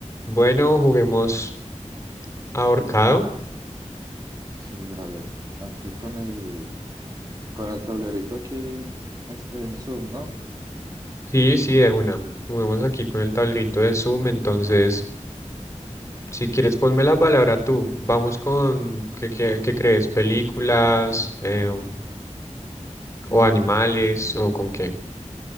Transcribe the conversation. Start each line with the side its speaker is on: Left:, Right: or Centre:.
Left: Bueno, juguemos ahorcado.
Right: Sí, dale. Aquí con el, con el tablerito aquí, este, en Zoom, ¿no?
Left: Sí, sí, de una. Juguemos aquí con el tablerito de Zoom. Entonces, si quieres, ponme la palabra tú. Vamos con, ¿qué, qué- qué crees? ¿Películas em, o
Right: Mm,
Left: animales o con qué?